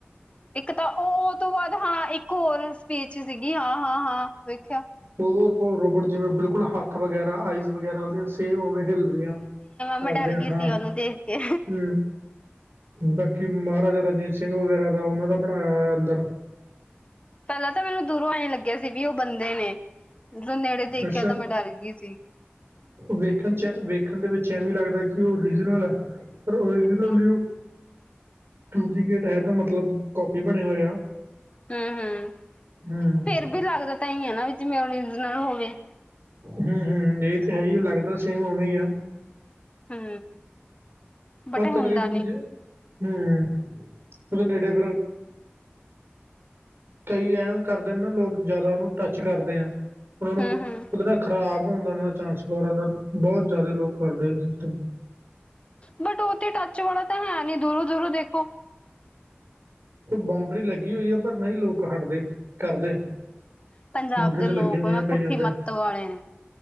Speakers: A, on the left; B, on the right.
A: ਇੱਕ ਤਾਂ ਉਹ ਉਹ ਤੋਂ ਬਾਅਦ ਹਾਂ ਇੱਕ ਹੋਰ ਸਪੀਚ ਸੀਗੀ ਹਾਂ ਹਾਂ ਹਾਂ ਵੇਖਿਆ।
B: ਹੋਰ ਕੋ ਰੋਬਟ ਜਿਵੇਂ ਬਿਲਕੁਲ ਹੱਥ ਵਗੈਰਾ ਆਈਜ਼ ਵਗੈਰਾ ਉਹਦੀਆਂ ਸੇਮ ਉਵੇਂ ਹਿੱਲਦੀਆਂ।
A: ਮੈ
B: ਕਰਦੇ
A: ਡਰ
B: ਆ,
A: ਗਈ
B: ਹਾਂ
A: ਸੀ ਉਹਨੂੰ ਦੇਖ ਕੇ।
B: ਹਮ, ਬਾਕੀ ਮਹਾਰਾਜਾ ਰਣਜੀਤ ਸਿੰਘ ਵਗੈਰਾ ਦਾ ਉਹਨਾਂ ਦਾ ਬਣਾਇਆ ਹੋਇਆ ਅੰਦਰ।
A: ਪਹਿਲਾਂ ਤਾਂ ਮੈਨੂੰ ਦੂਰੋਂ ਆਂ ਲੱਗਿਆ ਸੀ ਵੀ ਉਹ ਬੰਦੇ ਨੇ। ਜਦੋਂ ਨੇੜੇ ਦੇਖਿਆ
B: ਅੱਛਾ
A: ਤਾਂ ਮੈਂ ਡਰ ਗਈ ਸੀ।
B: ਵੇਖਣ ਚ ਵੇਖਣ ਦੇ ਵਿੱਚ ਐਵੇਂ ਲੱਗਦਾ ਕਿ ਉਹ ਓਰੀਜਨਲ ਹੈ ਪਰ ਉਹ ਓਰੀਜਨਲ
A: ਹੂੰ
B: ਨਹੀ ਡੁਪਲੀਕੇਟ ਹੈ ਤਾਂ ਮਤਲਬ ਕੋਪੀ ਬਣੇ ਹੋਏ ਆ।
A: ਹੂੰ ਹੂੰ
B: ਹਮ
A: ਫੇਰ ਵੀ ਲੱਗਦਾ ਤਾਂ ਹੀ ਆ ਜਿਵੇਂ ੳਰਿਜਨਲ ਹੋਵੇ।
B: ਹੂੰ ਹੂੰ ਇਹ ਤੇ ਹੈ ਹੀ ਲੱਗਦਾ ਸੇਮ ਉਵੇਂ ਆ।
A: ਹੂੰ ਬਟ
B: ਪਰ
A: ਹੁੰਦਾ
B: ਤਕਰੀਬਨ
A: ਨੀ
B: ਜੇ ਹੂੰ ਉਹਦੇ ਨੇੜੇ ਫਿਰ। ਕਈ ਐਵੇ ਕਰਦੇ ਨੇ ਨਾ ਲੋਕ ਜ਼ਿਆਦਾ ਉਹਨੂੰ ਟੱਚ ਕਰਦੇ ਆ। ਉਹਨਾਂ
A: ਹੂੰ
B: ਨੂੰ
A: ਹੂੰ
B: ਉਹਦੇ ਨਾ ਖ਼ਰਾਬ ਉਦਾ ਚਾਂਸ ਬਾਂਹਰ ਦਾ ਬਹੁਤ ਜ਼ਿਆਦਾ ਲੋਕ ਕਰਦੇ ਸਿਸਟਮ
A: ਬਟ ਉਹ ਤੇ ਟੱਚ ਵਾਲਾ ਤਾਂ ਹੈ ਨਹੀ ਦੂਰੋਂ ਦੂਰੋਂ ਦੇਖੋ।
B: ਬਾਊਂਡਰੀ ਲੱਗੀ ਹੋਈ ਆ ਪਰ ਨਹੀਂ ਲੋਕ ਹਟਦੇ ਕਰਦੇ।
A: ਪੰਜਾਬ
B: ਬਾਉਂਡਰੀ
A: ਦੇ
B: 'ਚ
A: ਲੋਕ
B: ਲੱਗੀਆਂ ਹੋਈਆਂ
A: ਉਹ
B: ਕਈਆਂ
A: ਪੁੱਠੀ ਮੱਤ
B: ਦੇ
A: ਵਾਲੇ ਨੇ।